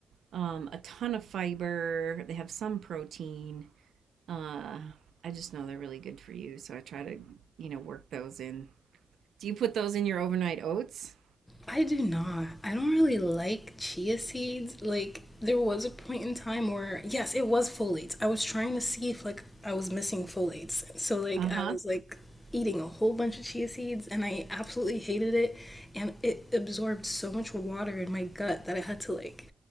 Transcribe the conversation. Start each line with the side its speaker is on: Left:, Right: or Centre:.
Right: um, a ton of fiber, they have some protein. Uh, I just know they're really good for you, so I try to, you know, work those in. Do you put those in your overnight oats?
Left: I do not. I don't really like chia seeds. Like there was a point in time where yes, it was folates. I was trying to see if like I was missing folates. So like
Right: Uh-huh.
Left: I was like eating a whole bunch of chia seeds and I absolutely hated it and it absorbed so much water in my gut that I had to like